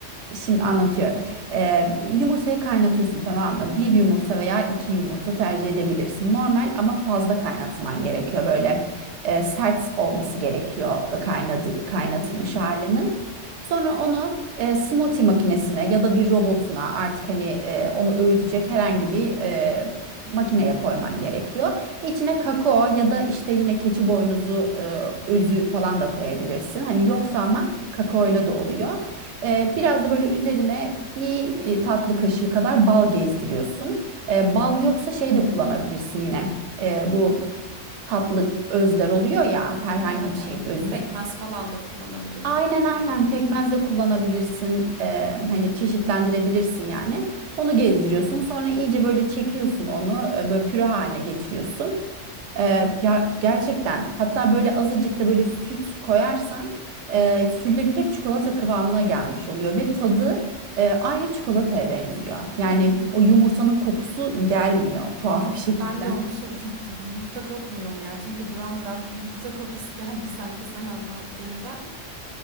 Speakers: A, on the right (about 70°); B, on the right (about 80°).
A: Şimdi anlatıyorum. Ee, yumurtayı kaynatıyorsun tamam mı? Bir yumurta veya iki yumurta tercih edebilirsin. Normal ama fazla kaynatman gerekiyor. Böyle e, sert olması gerekiyor e, kaynadı, kaynatılmış
B: Hı hı.
A: halinin. Sonra onu e, smoothie makinesine ya da bir robotuna artık hani e, onu öğütecek herhangi bir e, makineye koyman gerekiyor. İçine kakao ya da işte yine keçi boynuzu e, özü falan da koyabilirsin. Hani yoksa ama kakaoyla da oluyor. Ee, biraz da böyle üzerine bir e, tatlı kaşığı kadar bal gezdiriyorsun. Ee, bal yoksa şey de kullanabilirsin yine. Ee, bu tatlı özler oluyor ya
B: Hı
A: herhangi
B: hı, evet
A: bir şeyin
B: evet.
A: özü.
B: Pekmez falan da kullanabilirim
A: Aynen
B: büyük ihtimalle.
A: aynen pekmez de kullanabilirsin. Ee, hani çeşitlendirebilirsin yani. Onu gezdiriyorsun. Sonra iyice böyle çekiyorsun onu. e, Böyle püre haline getiriyorsun. Ee, ya gerçekten hatta böyle azıcık da böyle süt koyarsan e, sürülebilir çikolata kıvamına gelmiş oluyor ve tadı e, aynı çikolataya benziyor. Yani
B: Hı
A: o yumurtanın kokusu gelmiyor tuhaf
B: Ben
A: bir şekilde.
B: ben de onu soracaktım. <laughs> Yumurta kokmuyor mu ya? Çünkü buram buram bir yumurta kokusu geldi sanki sen anlattığında.